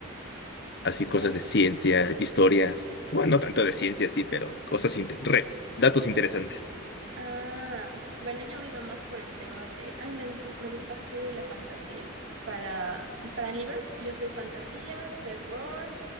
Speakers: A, on the left; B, on the right.
A: Así
B: Ya.
A: cosas de ciencia, historias, bueno, no tanto de ciencia, sí, pero cosas, inte- re- datos interesantes.
B: Ah, bueno, yo me iba más por el tema de, ay, me, gus- me gusta full la fantasía. Para, para libros, yo soy fantasía, terror,